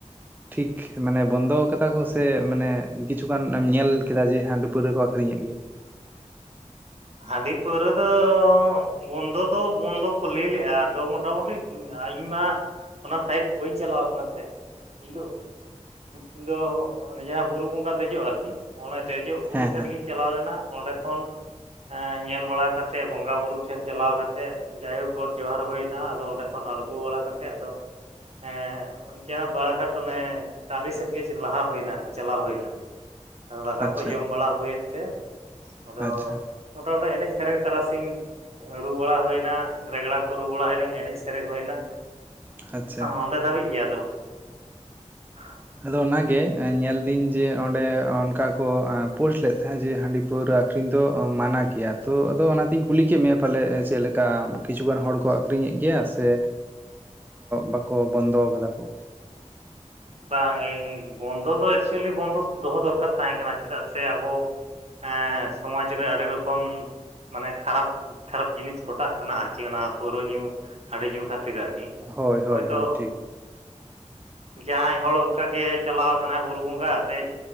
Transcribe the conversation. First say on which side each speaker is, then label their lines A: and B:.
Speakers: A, on the right (about 15°); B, on the right (about 60°).
A: ᱴᱷᱤᱠ ᱢᱟᱱᱮ ᱵᱚᱱᱫᱚ ᱠᱟᱫᱟ ᱠᱚ ᱥᱮ ᱢᱟᱱᱮ ᱠᱤᱪᱷᱩᱜᱟᱱ ᱮᱢ ᱧᱮᱞ ᱠᱮᱫᱟ ᱡᱮ ᱦᱟᱸᱰᱤ ᱯᱟᱹᱣᱨᱟ ᱠᱚ ᱟᱠᱷᱨᱤᱧ ᱮᱫ ᱜᱮᱭᱟ
B: ᱦᱟᱺᱰᱤ ᱯᱟᱹᱣᱨᱟᱹ ᱫᱚ ᱵᱚᱱᱫᱚ ᱫᱚ ᱵᱚᱱᱫᱚ ᱠᱩ ᱞᱟᱹᱭ ᱞᱮᱫᱼᱟ ᱟᱫᱚ ᱢᱚᱴᱟᱢᱩᱴᱤ ᱤᱧ ᱢᱟ ᱚᱱᱟ ᱥᱟᱭᱤᱰ ᱵᱟᱹᱧ ᱪᱟᱞᱟᱣ ᱟᱠᱟᱱᱟ ᱥᱮ ᱤᱧ ᱫᱚ ᱤᱧ ᱫᱚ ᱚᱱᱮ ᱡᱟᱸᱦᱟᱸ ᱵᱩᱨᱩ ᱵᱚᱸᱜᱟ ᱫᱮᱡᱚᱜ ᱟᱨᱠᱤ ᱚᱱᱮ ᱫᱮᱡ ᱫᱮᱡᱚᱜ ᱵᱩᱨᱩ
A: ᱦᱮᱸ
B: ᱴᱷᱮᱱ
A: ᱦᱮᱸ
B: ᱜᱤᱧ ᱪᱟᱞᱟᱣ ᱞᱮᱱᱟ ᱚᱸᱰᱮ ᱠᱷᱚᱱ ᱧᱮᱞ ᱵᱟᱲᱟ ᱠᱟᱛᱮᱫ ᱵᱚᱸᱜᱟ ᱵᱩᱨᱩ ᱴᱷᱮᱱ ᱪᱟᱞᱟᱣ ᱠᱟᱛᱮᱫ ᱡᱟᱭᱦᱳᱠ ᱜᱚᱴ ᱡᱚᱦᱟᱨ ᱦᱩᱭᱱᱟ ᱟᱫᱚ ᱚᱸᱰᱮ ᱠᱷᱚᱱ ᱟᱬᱜᱚ ᱵᱟᱲᱟ ᱠᱟᱛᱮ ᱟᱫᱚ ᱮ ᱡᱟᱦᱟᱸ ᱵᱟᱲᱟᱜᱷᱟᱴ, ᱚᱱᱮ ᱴᱟᱺᱰᱤ ᱥᱮᱫ ᱜᱮ ᱞᱟᱦᱟ ᱦᱩᱭᱱᱟ ᱟᱨᱠᱤ ᱪᱟᱞᱟᱣ ᱦᱩᱭᱱᱟ᱾ ᱟᱫᱚ ᱫᱟᱠᱟ
A: ᱟᱪᱪᱷᱟ
B: ᱠᱚ ᱡᱚᱢ ᱵᱟᱲᱟ ᱦᱩᱭᱮᱱ ᱛᱮ ᱟᱫᱚ
A: ᱟᱪᱪᱷᱟ
B: ᱢᱚᱴᱟᱢᱚᱴᱤ ᱮᱱᱮᱡ ᱥᱮᱨᱮᱧ ᱛᱟᱨᱟᱥᱤᱧ ᱨᱩ ᱵᱟᱲᱟ ᱦᱩᱭᱱᱟ ᱨᱮᱜᱽᱲᱟ ᱠᱚ ᱨᱩ ᱵᱟᱲᱟ ᱦᱩᱭᱮᱱᱟ ᱮᱱᱮᱡ ᱥᱮᱨᱮᱧ ᱦᱩᱭᱮᱱᱟ᱾
A: ᱟᱪᱪᱷᱟ
B: ᱚᱸᱰᱮ ᱫᱷᱟᱹᱵᱤᱡ ᱜᱮ ᱟᱫᱚ <inaudible>
A: ᱟᱫᱚ ᱚᱱᱟ ᱜᱮ ᱧᱮᱞᱫᱟᱹᱧ ᱡᱮ ᱚᱸᱰᱮ ᱚᱱᱠᱟ ᱠᱚ ᱯᱳᱥᱴ ᱞᱮᱫ ᱛᱟᱦᱮᱸᱫ ᱡᱮ ᱦᱟᱺᱰᱤ ᱯᱟᱹᱣᱨᱟᱹ ᱟᱹᱠᱷᱨᱤᱧ ᱫᱚ ᱢᱟᱱᱟ ᱜᱮᱭᱟ ᱛᱚ ᱟᱫᱚ ᱚᱱᱟ ᱛᱮᱧ ᱠᱩᱞᱤ ᱠᱮᱫ ᱢᱮᱭᱟ ᱯᱟᱞᱮ ᱪᱮᱫ ᱞᱮᱠᱟ? ᱠᱤᱪᱷᱩ ᱜᱟᱱ ᱦᱚᱲ ᱠᱚ ᱟᱠᱷᱨᱤᱧ ᱮᱫ ᱜᱮᱭᱟ ᱥᱮ ᱵᱟᱠᱚ ᱵᱚᱱᱫᱚ ᱟᱠᱟᱫᱟ ᱠᱚ?
B: ᱵᱟᱝ ᱵᱚᱱᱫᱚ ᱫᱚ ᱮᱠᱪᱩᱭᱮᱞᱤ ᱵᱚᱱᱫᱚ ᱫᱚᱦᱚ ᱫᱚᱨᱠᱟᱨ ᱛᱟᱦᱮᱸ ᱠᱟᱱᱟ ᱪᱮᱫᱟᱜ ᱥᱮ ᱟᱵᱚ ᱦᱮᱸ ᱥᱚᱢᱟᱡᱽ ᱨᱮ ᱟᱹᱰᱤ ᱨᱚᱠᱚᱢ ᱢᱟᱱᱮ ᱠᱷᱟᱨᱟᱯ ᱠᱷᱟᱨᱟᱯ ᱡᱤᱱᱤᱥ ᱠᱷᱚᱴᱟᱜ ᱠᱟᱱᱟ ᱟᱨᱠᱤ ᱚᱱᱟ ᱯᱟᱹᱣᱨᱟᱹ ᱧᱩ ᱦᱟᱺᱰᱤ ᱧᱩ ᱠᱷᱟᱹᱛᱤᱨ ᱟᱨᱠᱤ᱾
A: ᱦᱳᱭ ᱦᱳᱭ
B: ᱦᱳᱭᱛᱳ
A: ᱦᱳᱭ ᱴᱷᱤᱠ
B: ᱡᱟᱦᱟᱸᱭ ᱦᱚᱲ ᱚᱱᱠᱟ ᱜᱮ ᱪᱟᱞᱟᱣ ᱟᱠᱟᱱᱟᱭ, ᱵᱩᱨᱩ ᱵᱚᱸᱜᱟ ᱫᱮᱡ